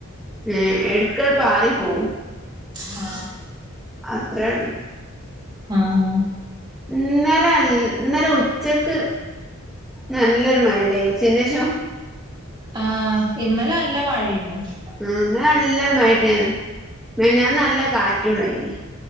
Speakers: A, in the centre; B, on the right.
A: ഉ, എടുക്കടു പാറി പോവും.
B: ആ
A: അത്രേയുള്ളൂ.
B: ആ ആ
A: ഇന്നലെ അൽ ഇന്നലെ ഉച്ചക്ക് നല്ലൊരു മയണ്ടയു ചന്ശോ
B: ആ ഇന്നലെ അല്ല മഴയുണ്ടായി.
A: ആ ഇന്നലെ നല്ല മഴ ഉണ്ടായിരുന്നു, മിനിയാന്ന് നല്ല കാറ്റും ഉണ്ടായി.